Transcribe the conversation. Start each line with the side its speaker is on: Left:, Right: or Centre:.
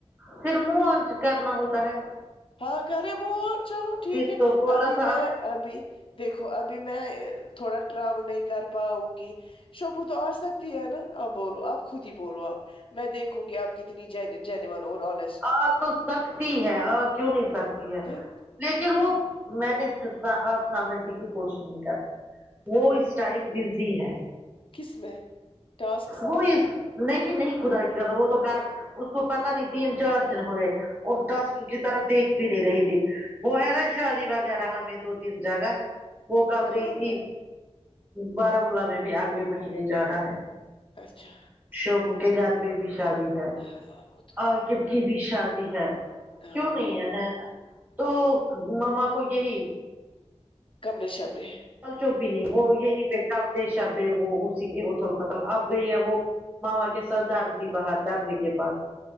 Right: فیر منہ آنچ کرنا ہوتا ہے
Left: ہاں کرے بو چلو ٹھیک
Right: پھر
Left: ہے
Right: تو بولا
Left: ابھی
Right: تھا
Left: میں ابھی دیکھو ابھی میں تھوڑا ٹراول نہیں کر پاؤں گی شبو تو آ سکتی ہے نا آپ بولو آپ خود ہی بولو آپ میں دیکھوں گی آپ کتنی جین جینون اور اون
Right: آ تو سکتی ہے آ کیوں نہیں سکتی ہے
Left: پھر
Right: لیکن وہ میں نے سمجا آپ سمجھنے کی کوشش نہیں کرتی وہ اس ٹائم بزی ہے
Left: کس میں ٹاسکس
Right: وہ
Left: میں
Right: اس نہیں نہیں خدا کسم وہ تو کار اس کو پتا نہیں تین چار ہوئے اور ڈسک کی کی طرف دیکھ بھی نہیں رہی تھی وہ ہے نا شادی وغیرہ ہمیں دو تین جگہ وہ کال
Left: کہاں
Right: گئی تھی
Left: ہے
Right: بارامولہ میں بھی اگلے مہینے جانا ہے
Left: اچھا
Right: شبو کے گر پے بھی شادی ہے
Left: <unintelligible>
Right: آ کیب کی بھی شادی ہے
Left: ہاں
Right: کیوں نہیں ہے تو مما کو یہی
Left: کبڑے شبڑے
Right: پل چوک بھی نہیں وہ یہی پے کبڈے شبڈے ہے وہ اسی کے اتھل پتھل اب گئی ہے وہ ماما کے ساتھ دارزی باہر دارزی کے پاس